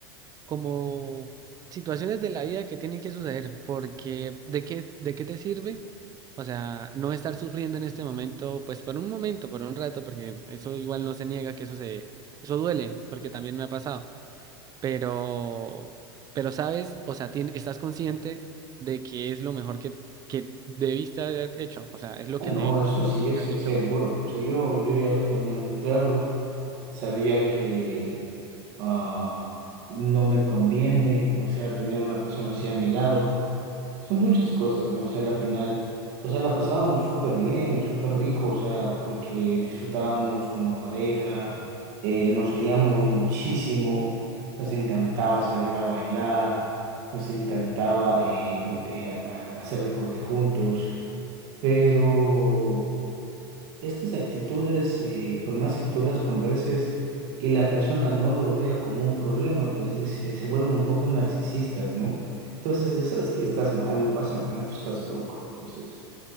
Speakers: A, on the right; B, on the right.
A: como situaciones de la vida que tienen que suceder, porque ¿de qué, de qué te sirve? O sea, no estar sufriendo en este momento, pues por un momento, por un rato, porque eso igual no se niega que eso se, eso duele, porque también me ha pasado. Pero, pero sabes, o sea, tien- estás consciente de que es lo mejor que, que debiste haber hecho. O sea, es lo
B: Ah,
A: que
B: No,
A: te
B: eso sí
A: debiste
B: es,
A: haber
B: es
A: hecho.
B: seguro. O sea, yo, yo ya lo tenía muy claro. Sabía que ah, no me conviene, o sea, tener una persona así a mi lado. Son muchas cosas, ¿no? O sea, al final, o sea, la pasábamos súper bien, súper rico, o sea, porque disfrutábamos como pareja, eh, nos oíamos muchísimo, nos encantaba salir a bailar, nos encantaba eh, eh, a- a- hacer deporte juntos, pero... Estas actitudes, eh, por más que tú las converses y la persona no lo vea como un problema, pues dice, se vuelven un poco narcisistas, ¿no? Entonces, dices, sabes que estás mal, no pasa nada, tú estás loco. Entonces,